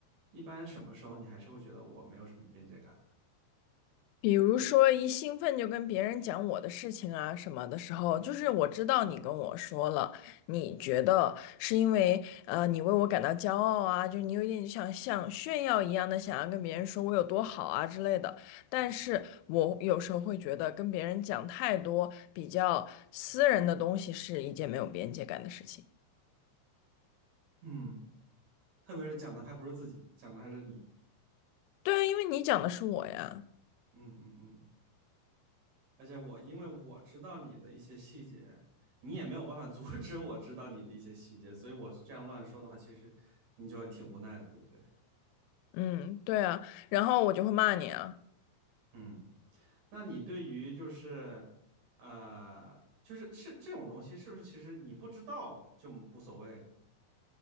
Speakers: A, on the right; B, on the left.
A: 一般什么时候你还是会觉得我没有什么边界感的
B: 比如说，一兴奋就跟别人讲我的事情啊什么的时候，就是我知道你跟我说了，你觉得是因为呃你为我感到骄傲啊，就是你有一点想像炫耀一样的想要跟别人说我有多好啊之类的。但是我有时候会觉得跟别人讲太多比较私人的东西是一件没有边界感的事情。
A: 嗯，特别是讲的还不是自己，讲的还是你。
B: 对啊，因为你讲的是我呀，
A: 嗯嗯嗯，而且我因为我知道你的一些细节，你也没有办法 <laughs> 阻止我知道你的一些细节，所以我这样乱说的话，其实你就挺无奈的，对不对？
B: 嗯，对啊，然后我就会骂你啊。
A: 嗯，那你对于就是呃，就是是这种东西，是不是其实你不知道就无所谓？